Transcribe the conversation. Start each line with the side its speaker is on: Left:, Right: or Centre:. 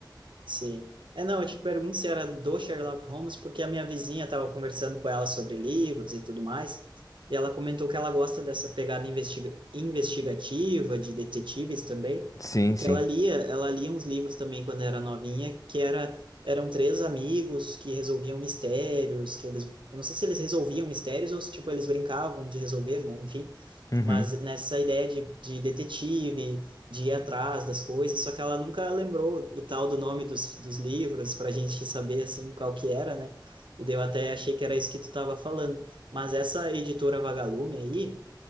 Right: Sim. É, não, eu te pergunto se era do Sherlock Holmes, porque a minha vizinha estava conversando com ela sobre livros e tudo mais, e ela comentou que ela gosta dessa pegada investiga- investigativa, de detetives também,
Left: Sim,
Right: e que
Left: sim.
Right: ela lia, ela lia uns livros também quando era novinha, que era, eram três amigos que resolviam mistérios, que eles, eu não sei se eles resolviam mistérios ou se, tipo, eles brincavam de resolver, né, enfim,
Left: Uhum.
Right: mas nessa ideia de, de detetive de ir atrás das coisas, só que ela nunca lembrou o tal do nome dos, dos livros para a gente saber assim qual que era, né? E daí eu até achei que era isso que tu estava falando. Mas essa editora Vagalume aí,